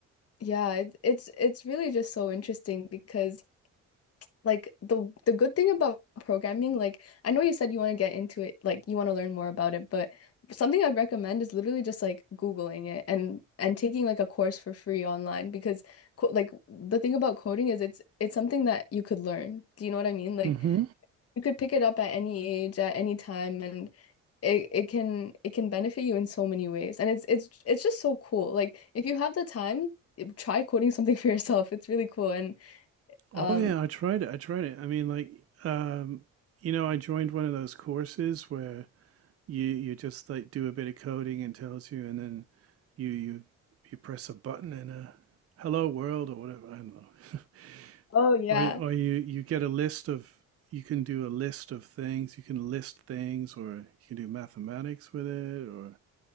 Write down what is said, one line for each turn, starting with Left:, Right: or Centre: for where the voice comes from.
Left: yeah, it, it's it's really just so interesting because like the the good thing about programming, like I know you said you want to get into it, like you want to learn more about it, but something I'd recommend is literally just like Googling it and and taking like a course for free online because co like the thing about coding is it's it's something that you could learn. Do you know what I mean? Like
Right: Mm-hmm.
Left: you could pick it up at any age, at any time, and it it can it can benefit you in so many ways. And it's it's it's just so cool. Like if you have the time, try coding something <laughs> for yourself. It's really cool and
Right: Oh
Left: um
Right: yeah, I tried it. I tried it. I mean, like, um, you know, I joined one of those courses where you you just like do a bit of coding and tells you, and then you you you press a button and a hello world or whatever. I don't know. <laughs>
Left: Oh yeah.
Right: Or y- or you you get a list of you can do a list of things. You can list things, or you can do mathematics with it, or